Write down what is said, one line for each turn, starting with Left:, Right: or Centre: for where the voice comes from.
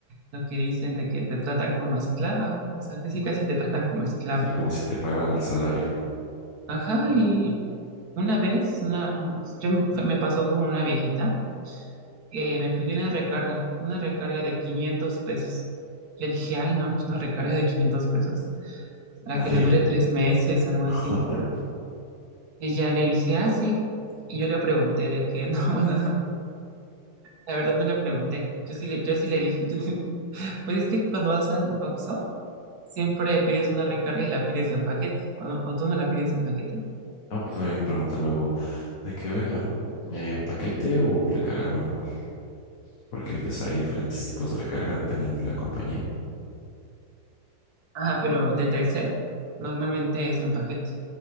Right: lo que dicen de que te tratan como esclava, o sea, que sí casi te tratan como esclava.
Left: Sí, como si te pagaran el salario.
Right: Ajá, y una vez, una, un- yo me fue- me pasó con una viejita que me pidió una recarga, una recarga de 500 pesos. Yo dije, ay, no, pues una recarga de 500 pesos,
Left: Nadie.
Right: para que le dure tres meses, algo así,
Left: <laughs>
Right: yo creo. Y ya le dije, ah, sí. Y yo le pregunté de que, <laughs> no, bueno la verdad no le pregunté. Yo sí le, yo sí le dije, <laughs> pues es que cuando vas al Oxxo, siempre pides una recarga y la pides en paquete, o, no- o tú no la pides en paquete.
Left: No, pues a mí me preguntan luego de que, oiga, eh, ¿paquete o recarga normal? Porque pues hay diferentes tipos de recarga dependiendo de la compañía.
Right: Ajá, pero de Telcel normalmente es en paquete.